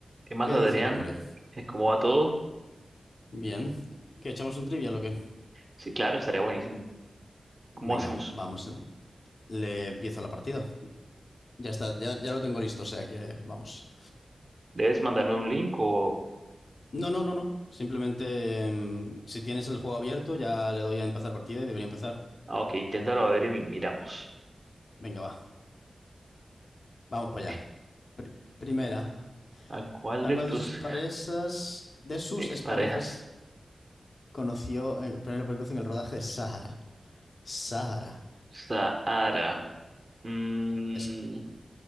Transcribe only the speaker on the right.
¿Qué más,
Adrián?
Eh, ¿Cómo va todo?
Sí, claro, estaría buenísimo.
¿Cómo hacemos?
¿Debes mandarme un link o...?
Ah, ok, inténtalo a ver y miramos.
Ok.
¿A cuál
de
tus
exparejas?
Sahara. Mm,